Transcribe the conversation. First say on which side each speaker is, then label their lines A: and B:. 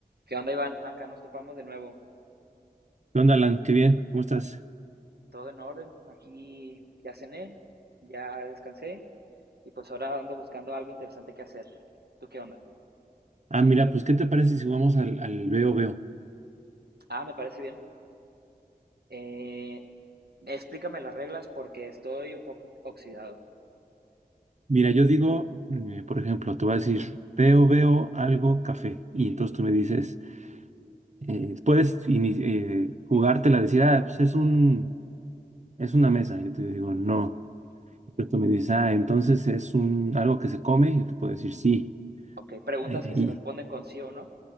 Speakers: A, on the right; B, on the right.
A: ¿Qué onda, Iván? Acá nos topamos de nuevo.
B: ¿Qué onda, Alan? Qué bien, ¿cómo estás?
A: Todo en orden. Aquí ya cené, ya descansé y pues ahora ando buscando algo interesante que hacer. ¿Tú qué onda?
B: Ah, mira, pues, ¿qué te parece si jugamos al, al veo veo?
A: Ah, me parece bien. Eh, explícame las reglas porque estoy un poco oxidado.
B: Mira, yo digo, eh, por ejemplo, te voy a decir, veo veo algo café. Y entonces tú me dices, eh, puedes ini- eh, jugártela, decir, ah, pues es un, es una mesa. Yo te digo, no. Entonces tú me dices, ah, entonces es un, algo que se come. Yo te puedo decir, sí.
A: Ok, preguntas
B: eh,
A: que se
B: y,
A: responden con sí o no.